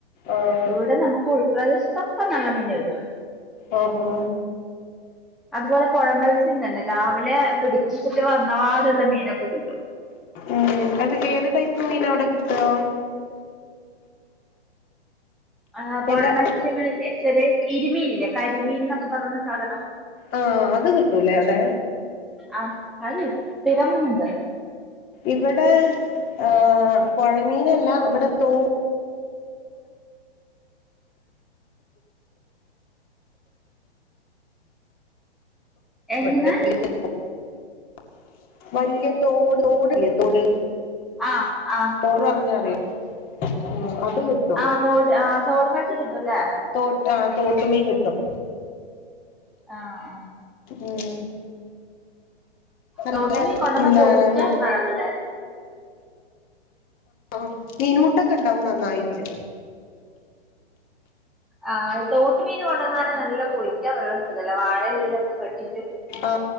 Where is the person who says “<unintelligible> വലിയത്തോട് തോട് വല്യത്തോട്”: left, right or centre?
Left